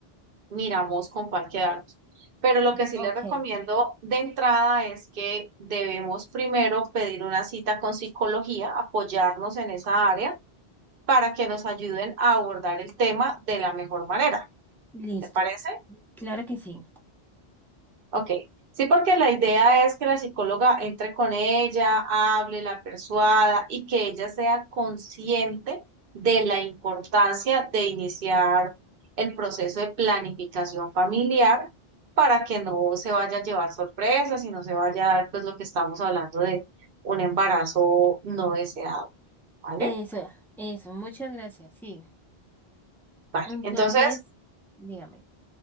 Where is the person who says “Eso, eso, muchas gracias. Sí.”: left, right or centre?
Centre